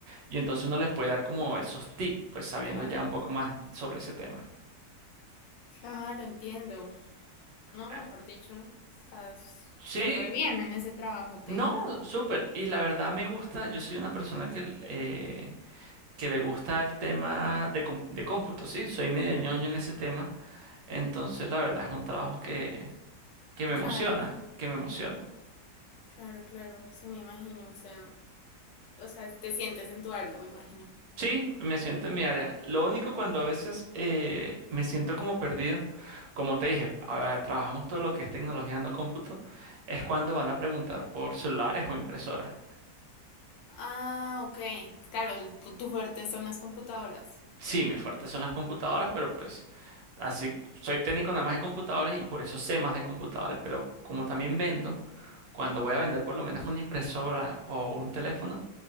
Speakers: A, on the right; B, on the left.
A: Y entonces uno les puede dar como esos tips, pues sabiendo
B: claro,
A: ya un poco más sobre ese tema.
B: claro, entiendo. No,
A: Ah,
B: mejor dicho, estás,
A: Sí,
B: estás re bien en ese trabajo, ten.
A: no, súper. Y la verdad me gusta, yo soy una persona que... eh, que le gusta el tema de, com- de cómputo, ¿sí? Soy medio ñoño en ese tema, entonces la verdad es un trabajo que, que me
B: Claro.
A: emociona, que me emociona.
B: Claro, claro, sí me imagino, o sea, o sea, te sientes en tu área, me imagino.
A: Sí, me siento en mi área. Lo único cuando a veces eh, me siento como perdido, como te dije, ah, trabajamos todo lo que es tecnología no cómputo, es cuando van a preguntar por celulares o impresoras.
B: Ah, ok, claro, el- tu, tu fuerte son las computadoras,
A: Sí, mi fuerte son las computadoras, pero pues así soy técnico nada más de computadores y por eso sé más de computadores, pero como también vendo, Cuando voy a vender por lo menos una impresora o un teléfono,